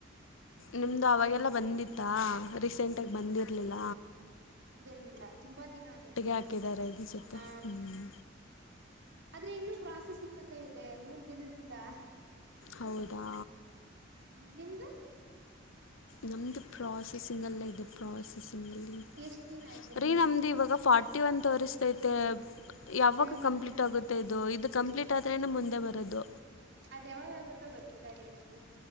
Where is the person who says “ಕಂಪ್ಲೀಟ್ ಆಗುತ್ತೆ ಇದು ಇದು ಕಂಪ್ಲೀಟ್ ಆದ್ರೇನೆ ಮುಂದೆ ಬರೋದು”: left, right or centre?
Left